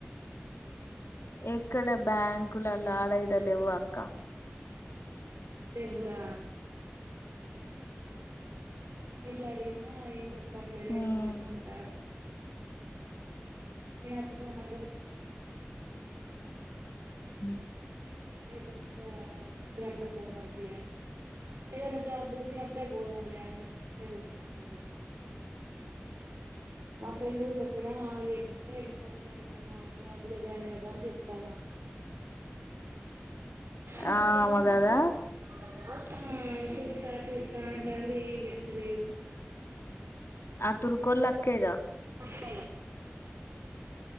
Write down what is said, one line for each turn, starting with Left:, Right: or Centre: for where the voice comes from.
Left: ఎక్కడ బ్యాంకులలా ఆడ ఇడ లెవ్క్క
Right: లేవ్వురా వెళ్ళడిగినా ఏం చెప్పట్లే లెవ్వు
Left: ఉమ్,
Right: లెవ్వు అంటారు నేను అత్తతో మాదిరి
Left: ఉ
Right: లేదు క్క షాప్ లోకి పోదాం తీ ఏదనా జాబ్ దొరికిప్పుడే పోదాం లే అన్నట్టు మా ఫ్రెండ్ కు చెప్పినా ఏ రండు సంవత్సరాలు అయితు జాబ్ లో జాయిన్గాని చెప్తాన సుత్తా
Left: ఆ అమగదా
Right: సుత్తా ఆ సూత్తా సూతా అంటాండు ఏం చెప్తలేదు
Left: ఆ తరుకొల్లాక్కేగా
Right: ఆ